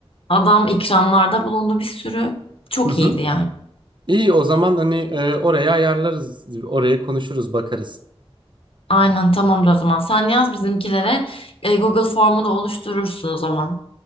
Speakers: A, on the left; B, on the right.
A: Adam ikramlarda bulundu bir sürü. Çok
B: Hı hı.
A: iyiydi yani.
B: İyi o zaman hani e, oraya ayarlarız, orayı konuşuruz, bakarız.
A: Aynen tamamdır o zaman. Sen yaz bizimkilere. E, Google formu da oluşturursun o zaman.